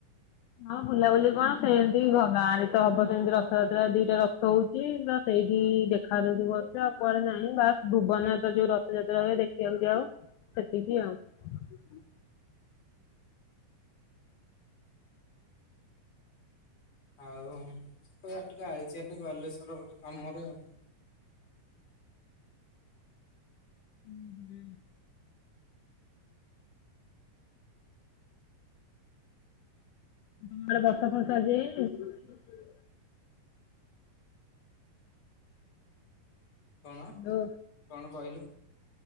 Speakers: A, on the left; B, on the left.
A: ହଁ ବୁଲାବୁଲି କଣ ସେ ଏମତି ବି ଭ ଗାଁ ରେ ତ ହବ ସେମତି ରଥଯାତ୍ରା ଦିଟା ରଥ ହଉଛି ତ ସେଇଠି ଦେଖା ଦଉଛି <unintelligible> ଆଉ କୁଆଡେ ନାଇଁ ନାଇଁ ବାସ୍ ଭୁବନରେ ତ ଯୋଉ ରଥଯାତ୍ରା ହୁଏ, ଦେଖିବାକୁ ଯାଉ ସେତିକି ଆଉ। ହୁଁ
B: ଆଉ ଏଇଆଡ଼େ ଟିକେ ଆଇଛି ଆଡକୁ ବାଲେଶ୍ଵର ଗୋଟେ କାମରେ ଆଉ।
A: ହୁଁ। ତମ ଆଡେ ବର୍ଷା ଫର୍ଷା ଆଜି ହେଇନି?
B: କଣ
A: ହ୍ୟାଲୋ
B: କଣ କହିଲୁ?